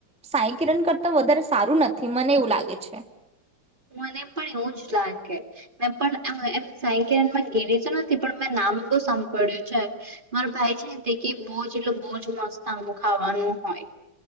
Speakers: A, in the centre; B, on the right (about 25°).
A: સાયકિરણ કરતા વધારે સારું નથી મને એવું લાગે છે.
B: મને પણ એવું જ લાગે મે પણ આમ એમ સાંઈકિરણમાં ગીવીતો નથી પણ મેં નામ બહુ સાંભળ્યું છે મારા ભાઈ છે તે કે બઉ જ એટલે બઉ જ મસ્ત આંબુ ખાવાનું હોય.